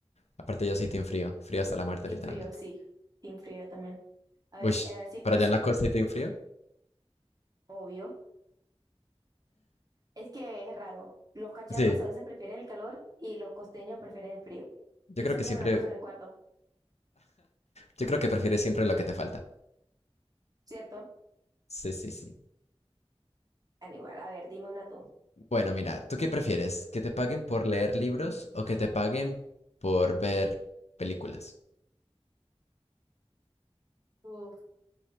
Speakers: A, on the left; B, on the right.
A: Aparte, yo soy team frío, frío hasta la muerte,
B: Team
A: literalmente.
B: frío, sí. Team frío también. A
A: Uy,
B: ver, eh, sí, esto
A: ¿para allá
B: es cierto,
A: en la costa y team frío?
B: obvio. Es que es raro. Los cachacos
A: Sí.
B: a veces prefieren el calor y los costeños prefieren el frío.
A: Yo
B: Yo
A: creo
B: siempre
A: que siempre,
B: me la paso en el cuarto,
A: yo creo que prefieres siempre lo que te falta.
B: ¿cierto?
A: Sí, sí, sí.
B: Ah, igual, a ver, dime una tú.
A: Bueno, mira, ¿tú qué prefieres? ¿Que te paguen por leer libros o que te paguen por ver películas?
B: Uf.